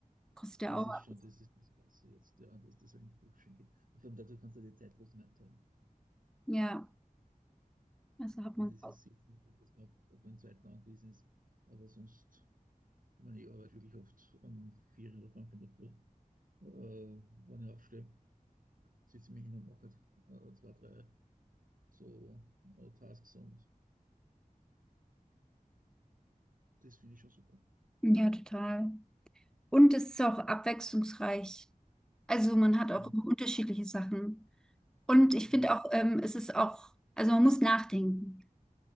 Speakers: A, in the centre; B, on the right (about 70°).
A: kostet ja
B: Das
A: auch
B: ist schon,
A: was.
B: das ist das Beste jetzt, ja, dass das einfach schön geht. Und vor allem dazu kannst du die Zeit trotzdem einteilen.
A: Ja, also hat
B: Ich meine,
A: man.
B: das ist jetzt nicht, dass man auf den zweiten angewiesen ist, aber sonst, ich meine, ich arbeite wirklich oft um vier oder fünf in der Früh, äh, wenn ich aufstehe. sitze ich mich hin und mache halt, äh, zwei, drei so äh, Tasks und das finde ich schon super.
A: Ja, total. Und es ist auch abwechslungsreich. Also man hat
B: Genau.
A: auch immer unterschiedliche Sachen. Und ich
B: Mhm.
A: finde auch, ähm, es ist auch, also man muss nachdenken,